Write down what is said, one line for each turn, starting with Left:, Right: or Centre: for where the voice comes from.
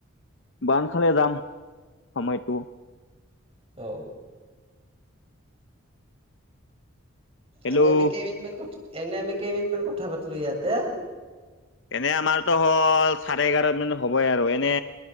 Left: বান্ধ খালে যাম। সময়টো
Right: অ
Left: হেল্ল'
Right: এনে আমি কে এনে আমি কেইমিনিটমান কথা পাতিলোঁ ইয়াতে?
Left: এনে আমাৰতো হ'ল চাৰে এঘাৰমান হ'বই আৰু এনে